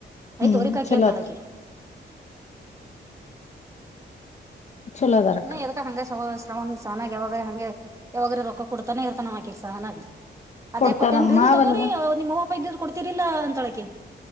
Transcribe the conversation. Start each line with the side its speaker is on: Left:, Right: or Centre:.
Right: ಯ
Left: ಹ್ಮ್
Right: ತೋರಿ ಹಾಕಿ
Left: ಚಲೋ
Right: ಅಂತಳಕ
Left: ಚಲೋ ಅದಾರಕ್ಕ
Right: ನ ಎದಕ್ಕ ಹಂಗಗೆ ಸವ ಒಂದ್ ಸಹನಾಗ ಯಾವಾಗ್ರ ಹಗೆ ಯಾವಾಗ್ರ ರೊಕ್ಕ ಕೊಡ್ತಾನೆ ಇರ್ತಾನ ನಮಕ ಸಹಾನಾಗ್ ಅದೇ
Left: ಕೊಡ್ತಾರನ್
Right: ಕೊಟ್ಟೇ ಅಂದ್ರೆ ಇಲ್
Left: ಮಾವಲ್ವ
Right: ತಗೋರಿ ನಿಮ್ಮ ಇದ ಕೊಡ್ತಿರ್ಲಾ ಅಂತಳಕ